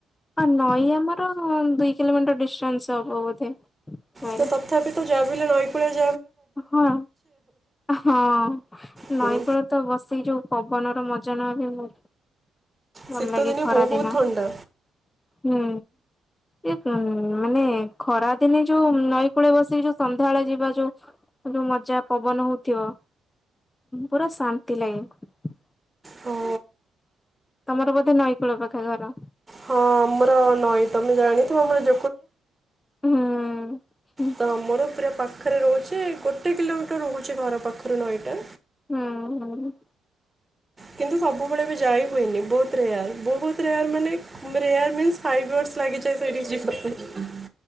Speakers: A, on the left; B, on the right.
A: ଆଉ ନଈ ଆମର ଦୁଇ କିଲୋମିଟର ଡିଷ୍ଟାନ୍ସ ହବ ବୋଧେ। ନଈ
B: ତ ତଥାପି ତ ଯାପ ନଈ କୁଳିଆ
A: ହଁ ହଁ
B: ହଁ
A: ନଈକୂଳ ତ ବସି ଯୋଉ ପବନର ମଜା ନବା ପାଇଁ ମ
B: ଶୀତ
A: ଭଲ ଲାଗେ
B: ଦିନେ
A: ଖରା
B: ବହୁତ
A: ଦିନ
B: ଥଣ୍ଡା।
A: ହୁଁ। ଏ ଉ ମାନେ ଖରାଦିନେ ଯୋଉ ନଈ କୂଳେ ବସିକି ଯୋଉ ସନ୍ଧ୍ୟାବେଳେ ଯିବା ଯୋଉ। ଯୋଉ ମଜା ପବନ ହଉଥିବ ପୁରା ଶାନ୍ତି ଲାଗେ।
B: ହଁ
A: ତମର ବୋଧେ ନଈକୂଳ ପାଖେ ଘର?
B: ହଁ ଆମର ନଈ ତମେ ଜାଣିଥିବ ଆମର <inaudible>
A: ହୁଁ। ହୁଁ
B: ତ ଆମର ପୁରା ପାଖରେ ରହୁଛି। ସେ ଗୋଟେ କିଲୋମିଟର ରହୁଛି ଘର ପାଖରୁ ନଈଟା।
A: ହୁଁ ହୁଁ।
B: କିନ୍ତୁ ସବୁବେଳେ ବି ଯାଇ ହୁଏନି ବହୁତରେୟାର ବହୁତରେୟାର ମାନେ ରେୟାର ମିନ୍ସ ଫାଇଭ ୟିଅର୍ସ ଲାଗିଯାଏ ସେଠିକି ଯିବା ପାଇଁ।